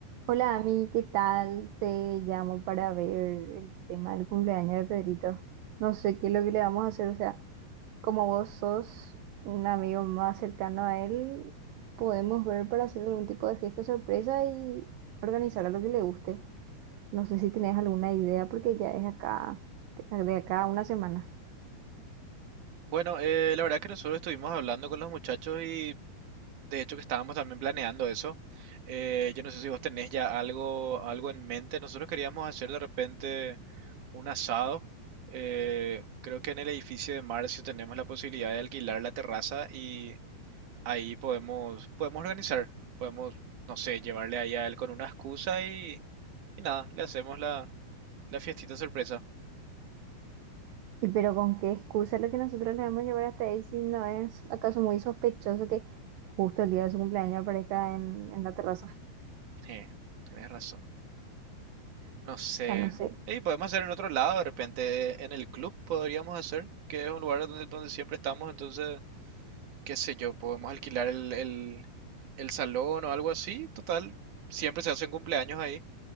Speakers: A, on the right; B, on the right.
A: Hola, Ami, ¿qué tal? Te llamo para ver el tema del cumpleaños de Pedrito. No sé qué es lo que le vamos a hacer, o sea, como vos sos un amigo más cercano a él, podemos ver para hacer algún tipo de fiesta sorpresa y organizar a lo que le guste. No sé si tenés alguna idea porque ya es acá, de acá a una semana.
B: Bueno, eh, la verdad que nosotros estuvimos hablando con los muchachos y de hecho que estábamos también planeando eso. Eh, yo no sé si vos tenés ya algo, algo en mente. Nosotros queríamos hacer de repente un asado. Eh, creo que en el edificio de Marcio tenemos la posibilidad de alquilar la terraza y ahí podemos, podemos organizar. Podemos, no sé, llevarle ahí a él con una excusa y, y nada, le hacemos la, la fiestita sorpresa.
A: Y pero con qué excusa lo que nosotros le vamos a llevar hasta ahí si no es acaso muy sospechoso que justo el día de su cumpleaños aparezca en, en la terraza.
B: Eh, tenés razón. No sé.
A: O sea, no sé.
B: Y podemos hacer en otro lado, de repente en el club podríamos hacer, que es un lugar donde, donde siempre estamos, entonces, qué sé yo, podemos alquilar el, el, el salón o algo así, total, siempre se hacen cumpleaños ahí,